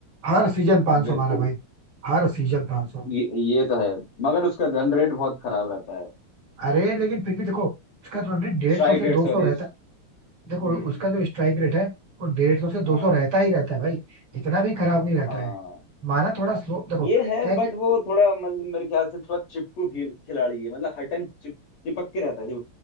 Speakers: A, on the right (about 80°); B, on the left (about 75°).
A: हर सीजन 500
B: बिल्कुल
A: मारा भाई हर सीजन 500
B: ये ये तो है मगर उसका रन रेट बहुत खराब रहता है
A: अरे लेकिन फिर भी देखो उसका रन रेट डेढ़
B: Strike
A: सौ से
B: rate
A: दो
B: sorry
A: सौ रहता है देखो
B: हम्म
A: उसका जो स्ट्राइक रेट है वो डेढ़ सौ से दो
B: हाँ
A: सौ रहता ही रहता है भाई इतना भी खराब नहीं रहता
B: हाँ
A: है माना थोड़ा स्लो देखो
B: ये है
A: क्या है
B: बट
A: कि
B: वो थोड़ा मतलब मेरे ख्याल से थोड़ा चिपकू खेल खिलाड़ी है मतलब हर टाइम चिप चिपक के रहता है जो